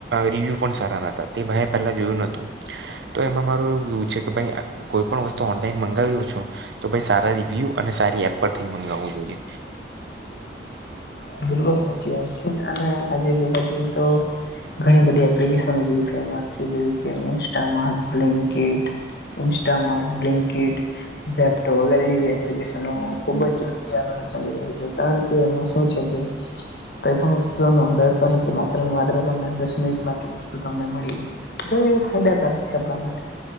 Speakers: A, on the right; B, on the left.
A: રિવ્યુ પણ સારા નતા. તે ભાઈ પહેલા જોયું નતું. તો એમાં મારું એવું કેવું છે કે ભાઈ કોઈ પણ વસ્તુ ઓનલાઈન મંગાવ્યો છું તો ભાઈ સારા રિવ્યુ અને સારી એપ પરથી જ મગાવવું જોઈએ.
B: બિલકુલ સાચી વાત છે અને આજે જોવા જઈએ તો ઘણી બધી એપ્લિકેશ જ એવી છે ફેમસ છે જેવી કે Instamart, Blinkit, Instamart, Blinkit Zepto વગેરે જેવી એ પ્લીકેશનો ખુબ જ ઝડપી આગળ ચાલી રહી છે કારણ કે એમાં શું છે, કે કઈ પણ વસ્તુ અમે ઓર્ડર <unintelligible> માત્ર ને માત્ર તમને દસ મિનિટમાં તે વસ્તુ તમને મળી ગઈ તો એ ફાયદાકારક છે, આપણા માટે.